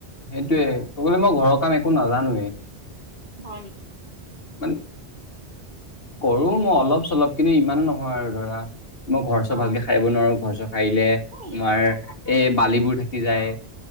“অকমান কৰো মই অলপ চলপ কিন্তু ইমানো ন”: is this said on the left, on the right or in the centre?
Left